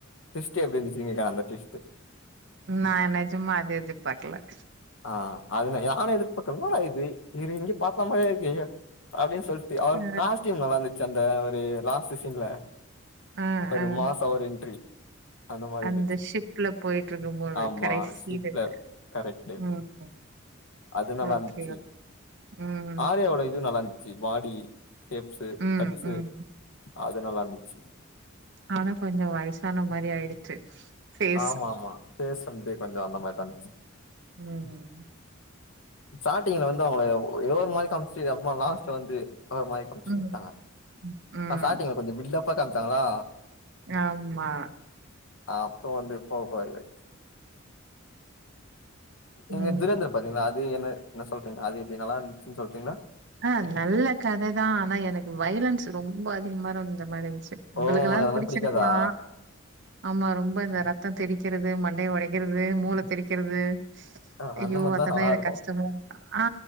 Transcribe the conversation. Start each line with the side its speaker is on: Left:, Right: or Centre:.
Left: ட்விஸ்ட் எப்டி இருந்துச்சுனு கேக்குறே அந்த ட்விஸ்ட்டு
Right: நா நெஜம்மா அத எதிர்பாக்கல
Left: ஆ அதுதா யானு எதிர்ப்பாக்கல என்னடா இது இவரு எங்கயோ பாத்தா மாரியே இருக்கே அப்டினு சொல்ட்டு அவரு
Right: அ,
Left: காஸ்ட்யூம் நல்லா இருந்து ச்சு அந்த அவரு லாஸ்ட்டு சீன்ல
Right: அ,
Left: ஒரு
Right: அ.
Left: மாஸ்சா ஒரு என்ட்ரி மாரி இருந்துச்சு
Right: அந்த ஷிப்ல போயிட் இருக்கும் போது
Left: ஆமா
Right: கடைசி
Left: ஷிப்ல
Right: இதுல
Left: கரெக்ட்டு
Right: ம்
Left: அது நல்லா
Right: ஓகே
Left: இருந்ச்சு
Right: ம்
Left: ஆரியாவோட இதுவு நல்லாந் ச்சு பாடி ஷேப்ஸூ
Right: ம்
Left: கட்ஸு
Right: ம்
Left: அது நல்லா இருந்ச்சு
Right: ஆனா கொஞ்சொ வயசான மாரி ஆயிடுச்சு ஃபேஸ்
Left: ஆமா ஆமா பேஸ் வந்து கொஞ்சொ அந்த மாரிதா இருந்ச்சு
Right: ம் ம் ம்
Left: சார்டிங்ல வந்து அவங்கள எதோ ஒரு மாரி காம்ச்சு அப்பமா லாஸ்ட் வந்து ஒரு மாரி புட்ச்சி
Right: ம்
Left: விட்டாங்க
Right: ம்
Left: நா ஸார்டிங் கொஞ்சொ பில்டப்பா காம்ச்சாங்களா
Right: ஆம்மா
Left: ஆ அப்றோ வந்து இப்ப கூட நீங்க
Right: ம்
Left: துரேந்தர் பாத்தீங்களா அது என்ன என்ன சொல்றீங்க அது எப்டி நல்லா இருந்துச்சுனு சொல்றீங்ளா
Right: ஆ நல்ல கததா ஆனா எனக்கு வைலன்ஸ் ரொம்ப அதிகமா இருந்த மாரி இருந்ச்சு உங்களுக்லா
Left: ஓ உங்களுக்கு
Right: அது
Left: அந்த
Right: புடிச்சிருக்லா
Left: மாரி பிடிக்காதா
Right: ஆமா ரொம்ப இந்த ரத்தொ தெரிக்கிறது மண்டய ஒடைக்கிறது மூள தெரிக்கிறது
Left: ஆ
Right: ஐயோ
Left: அந்த மாரிதா
Right: அதெலா
Left: நல்லா
Right: எனக்
Left: இருக்கு
Right: கஷ்டமா இருக்கு ஆ